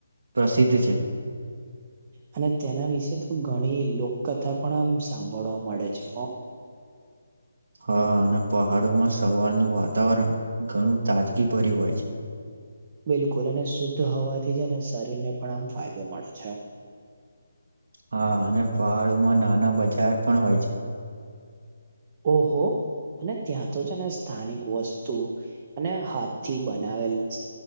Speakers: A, on the right (about 55°); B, on the right (about 25°).
A: પ્રસિદ્ધ છે.
B: અને તેના વિશે તો ઘણી લોકકથા પણ આમ સાંભળવા મળે છે.
A: હા અને પહાડોમાં સવારનું વાતાવરણ ઘણું તાજગી ભર્યું હોય છે. <inaudible>
B: બિલકુલ અને શુદ્ધ હોવાથી જ અને શરીરને પણ આમ ફાયદો મળે છે
A: હા અને પહાડોમાં નાના બજાર પણ હોય છે
B: ઓહો અને ત્યાં તો જ ને સ્થાનિક વસ્તુ અને હાથી બનાવેલ